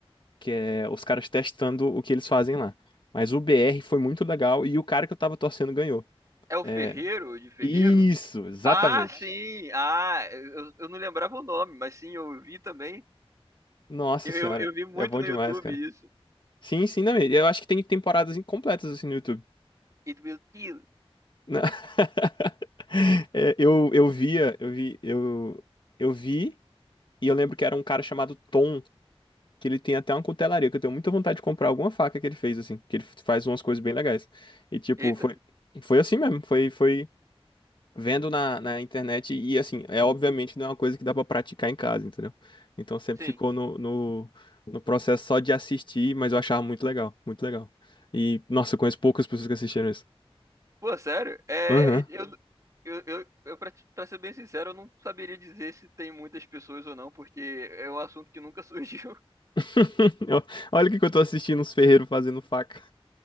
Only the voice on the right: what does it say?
É o
Ferreiro, de Ferreiro?
Ah, sim! Ah, eu, eu não lembrava o nome, mas sim, eu vi também.
Eu,
eu, eu vi muito
no
YouTube
isso.
It will kill.
Eita,
sim.
Pô, sério? É,
é, eu, eu, eu, eu pra, te- pra ser bem sincero, eu não saberia dizer se tem muitas pessoas ou não, porque é um assunto que nunca surgiu. <laughs>